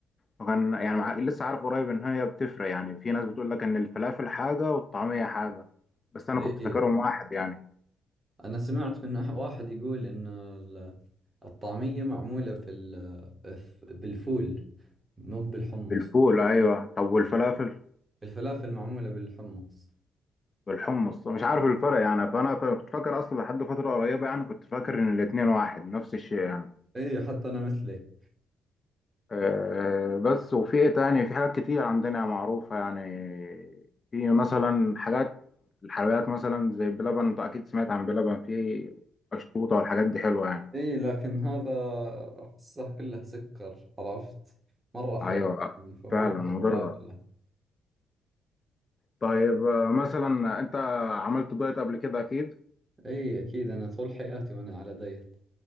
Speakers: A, on the left (about 35°); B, on the right (about 25°).
A: وكان يعني مع- لسه عارف قريب ان هي بتفرق يعني في ناس بتقول لك ان الفلافل حاجه والطعميه حاجه بس انا
B: أي
A: كنت فاكرهم واحد يعني
B: أنا سمعت من أح- واحد يقول إن ال- الطعمية معمولة في ال- ف- بالفول مو بالحمص
A: بالفول ايوه طب والفلافل
B: إي. الفلافل معمولة بالحمص
A: بالحمص مش عارف الفرق يعني فانا كنت فاكر اصلا لحد فتره قريبه يعني كنت فاكر ان الاتنين واحد نفس الشيء يعني
B: أي حتى أنا مثلك
A: أه آه، بس وفي ايه تاني في حاجات كتير عندنا معروفه يعني في مثلا حاجات الحلويات مثلا زي بلبن انت اكيد سمعت عن بلبن في قشطوطه والحاجات دي حلوه يعني
B: اي لكن هذا احسه كله سكر عرفت مرة حلو
A: ايوه
B: يعني فما
A: فعلا
B: احب
A: مضره
B: اكله
A: طيب آه، مثلا انت عملت دايت قبل كده اكيد
B: اي اكيد انا طول حياتي وانا على دايت